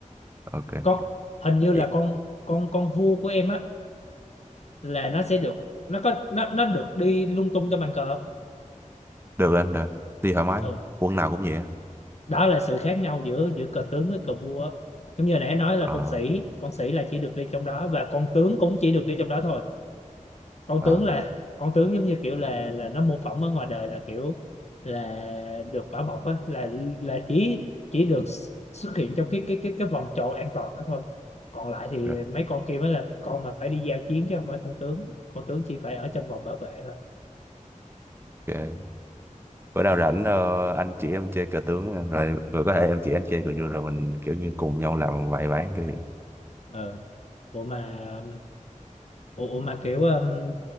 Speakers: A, on the right (about 15°); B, on the left (about 55°).
A: Ok.
B: con hình như là
A: Vậy-
B: con con con vua của em á là nó sẽ được nó có nó nó được đi lung tung trong bàn cờ
A: Được anh, được anh. Đi thoải mái.
B: ừ
A: Quân nào cũng vậy. anh.
B: đó là sự khác nhau giữa giữa cờ tướng với cờ vua á. giống như nãy nói là
A: Ờ,
B: con sĩ con sĩ là chỉ được đi trong đó và con tướng cũng chỉ được đi trong đó thôi con
A: ờ,
B: tướng là con tướng giống như kiểu là là nó mô phỏng ở ngoài đời là kiểu là được bảo bọc á là là chỉ chỉ được s- xuất hiện trong cái cái cái cái vòng tròn an toàn đó thôi còn lại thì
A: rồi,
B: mấy con kia mới là con mà phải đi giao chiến chứ không phải con tướng con tướng chỉ phải ở trong vòng bảo vệ thôi
A: ok. Bữa nào rảnh ờ, anh chỉ em chơi cờ tướng rồi rồi có thể em chỉ anh chơi cờ vua rồi mình kiểu như cùng nhau làm vài ván cái gì.
B: ờ ủa mà ủa, ủa mà kiểu um,